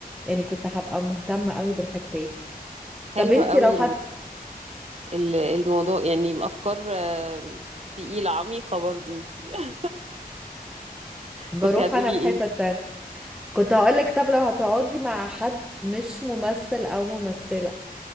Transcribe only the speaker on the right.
حلوة
قوي
ال- الموضوع يعني أفكار آه، تقيلة عميقة برضه انت <laughs>
كنت هتقولي
ايه